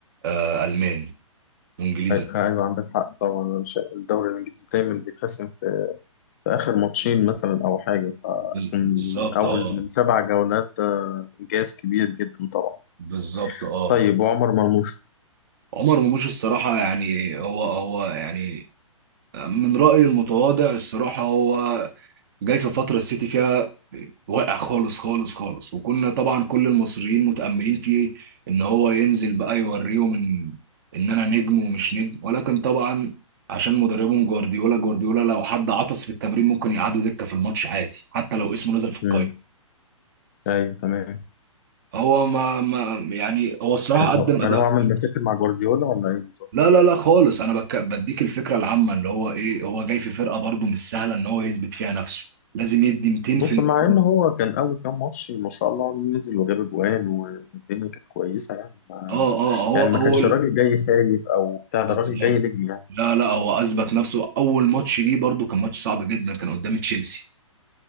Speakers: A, on the right (about 40°); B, on the left (about 25°).
A: آه الماني وانجليزي
B: أي- أيوة عندك حق طبعا أنا شا- الدوري الإنجليزي دايما بيتحسم في في آخر ماتشين مثلا أو حاجة فيكون
A: بز-
B: من
A: بالظبط
B: أول
A: اه
B: من سبع جولات ده إنجاز كبير جدا طبعا
A: بالظبط اه
B: طيب وعمر مرموش
A: عمر مرموش الصراحه يعني هو هو يعني من رايي المتواضع الصراحه هو جاي في فتره السيتي فيها واقع خالص خالص خالص وكنا طبعا كل المصريين متاملين فيه ان هو ينزل بقى يوريهم ان ان انا نجم ومش نجم ولكن طبعا عشان مدربهم جوارديولا جوارديولا لو حد عطس في التمرين ممكن يقعدوا دكه في الماتش عادي حتى لو اسمه نزل في القايمه
B: امم أيوة تمام
A: هو ما, ما يعني هو الصراحه
B: يعني
A: قدم
B: هو يعني
A: اداء
B: هو
A: كويس
B: عمل مشاكل مع جوارديولا ولا إيه بالظبط؟
A: لا لا لا خالص انا بك بديك الفكره العامه اللي هو ايه هو جاي في فرقه برضه مش سهله ان هو يثبت فيها نفسه لازم يدي 200%
B: بص مع إن هو كان أول كام ماتش ما شاء الله نزل وجاب أجوان والدنيا كانت كويسة يعني ما
A: اه اه هو
B: يعني
A: اول
B: ما كانش راجل جاي خايف أو بتاع ده
A: بالظبط
B: راجل جاي نجم يعني
A: لا لا هو اثبت نفسه اول ماتش ليه برضو كان ماتش صعب جدا كان قدام تشيلسي